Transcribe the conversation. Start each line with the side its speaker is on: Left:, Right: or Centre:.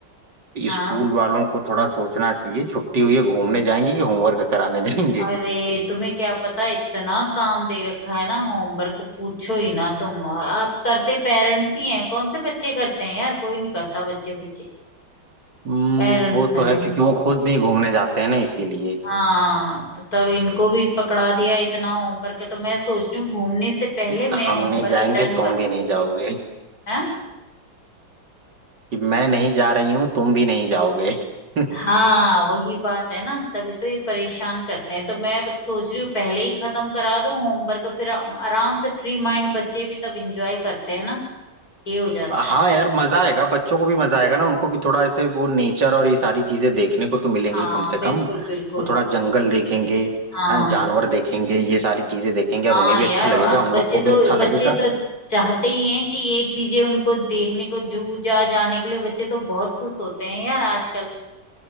Left: हाँ
Right: स्कूल वालों को थोड़ा सोचना चाहिए छुट्टी हुई है घूमने जाएंगे कि होमवर्क कराने जाएंगे
Left: अरे तुम्हें क्या पता इतना काम दे रखा है ना होमवर्क पूछो ही ना तुम आप करते पेरेंट्स ही हैं कौन से बच्चे करते हैं यार कोई नहीं करता बच्चे बच्चे
Right: हम्म
Left: पेरेंट्स
Right: वो तो
Left: करेंगे
Right: है क्योंकि वो खुद नहीं घूमने जाते हैं ना इसीलिए
Left: हाँ तो तब इनको भी पकड़ा दिया इतना होमवर्क तो मैं सोच रही हूँ घूमने से पहले
Right: कि
Left: मैं
Right: हम
Left: होमवर्क
Right: नहीं जाएंगे
Left: डन
Right: तुम
Left: कर
Right: भी
Left: दूं
Right: नहीं जाओगे
Left: हैं
Right: कि मैं नहीं जा रही हूँ तुम भी नहीं जाओगे <laughs>
Left: हाँ वही बात है ना तभी तो ये परेशान करते हैं तो मैं सोच रही हूँ पहले ही खत्म करा दूं होमवर्क फिर आराम से फ्री माइंड बच्चे भी तब एंजॉय करते हैं ना ये हो जाता
Right: हाँ
Left: है
Right: यार मजा आएगा बच्चों को भी मजा आएगा ना उनको भी थोड़ा ऐसे वो नेचर और ये सारी चीजें देखने को तो मिलेंगी
Left: हाँ
Right: कम से
Left: बिल्कुल
Right: कम
Left: बिल्कुल
Right: वो थोड़ा जंगल देखेंगे
Left: हाँ
Right: हाँ जानवर देखेंगे ये सारी चीजें देखेंगे और
Left: हाँ
Right: उन्हें भी
Left: यार
Right: अच्छा लगेगा
Left: और
Right: हम
Left: बच्चे
Right: लोग को भी
Left: तो
Right: अच्छा लगेगा
Left: बच्चे तो चाहते ही हैं कि ये चीजें उनको देखने को जू जा जाने के लिए बच्चे तो बहुत खुश होते हैं यार आजकल